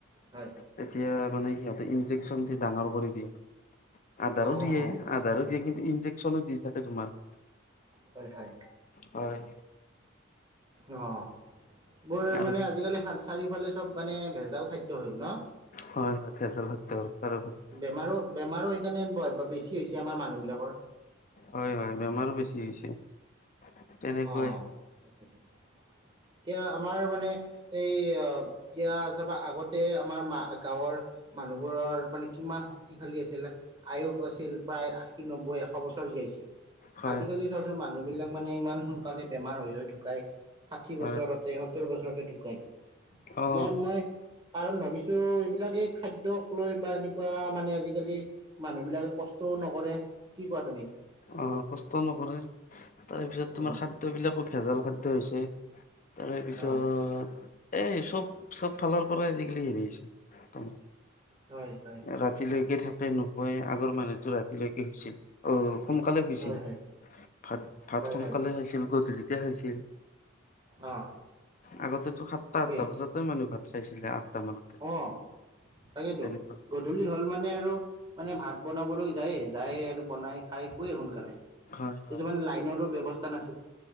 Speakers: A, on the right; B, on the left.
A: হয়,
B: তেতিয়া মানে সিহঁতে ইনডেকশ্যন দি ডাঙৰ কৰি দিয়ে মানে। আধাৰো
A: অ',
B: দিয়ে
A: অ',
B: আধাৰো দিয়ে কিন্তু ইনজেকশ্যনো দি থাকে তোমাৰ।
A: হয়, হয়।
B: হয়।
A: অ, বৰ
B: আৰু
A: মানে আজিকালি চাৰিওফালে চব মানে ভেজাল খাদ্য হ'ল ন!
B: হয় ভেজাল হলটো চাৰিও ফালে।
A: বেমাৰো বেমাৰো সেইকাৰণে বেছি হৈছে আমাৰ মানুহবিলাকৰ।
B: হয়, হয় বেমাৰ - বেমাৰো বেছি হৈছে। তেনেকৈ
A: অঁ, তাকেই টো। এতিয়া আমাৰ মানে এই এতিয়া চাবা আগতে আমাৰ মা গাঁৱৰ- মানুহবোৰৰ মানে কিমান শক্তিশালী আছিলে। আয়ুস আছিল প্ৰায় আশী, নব্বৈ, এশ বছৰ জীয়াইছিল।
B: হয়
A: আজিকালি
B: হয়
A: চোৱা চোন মানুহবিলাক মানে ইমান - সোনকালে বেমাৰ হৈ হৈ ঢুকাই, ষাঠি
B: হয়
A: বছৰতে, সত্তৰ বছৰতে ঢুকাই।
B: অ
A: ইয়াৰ মই - কাৰণ ভাবিছো এইবিলাকে খাদ্যক লৈ বা এনেকুৱা মানে আজিকালি- মানুহ বিলাকে কষ্টও নকৰে, কি কোৱা তুমি?
B: অ কষ্ট নকৰে, তাৰপিছত
A: উম
B: তোমাৰ খাদ্য বিলাকো ভেজাল খাদ্যয হৈছে। তাৰে পিছত
A: অ
B: এই চ'ব চ'ব ফালৰ পৰা আজি কালি হেৰি হৈছে তোমাৰ।
A: হয়, হয়।
B: ৰাতিলৈকে থাকে নুশুয়, আগৰ মানুহতো ৰাতিলৈকে শুইছিল, অ সোনকালে শুইছিল।
A: হয় হয়
B: ভাত ভাত
A: হয়
B: সোনকালে
A: হয়
B: খাইছিল, গধূলিতে খাইছিল।
A: অ
B: আগতেতো সাতটা
A: ঠিকেই
B: আঠটা বজাতে মানুহ ভাত খাইছিলে আঠটা মানতে।
A: অ, তাকেতো।
B: তেনেকুৱা
A: গধূলি হ'ল মানে আৰু মানে ভাত বনাবলৈ যায়ে, যায়ে আৰু বনাই খাই শুৱে সোনকালে।
B: হয়
A: তেতিয়া
B: হয়
A: মানে লাইনৰো ব্যবস্থা নাছিল।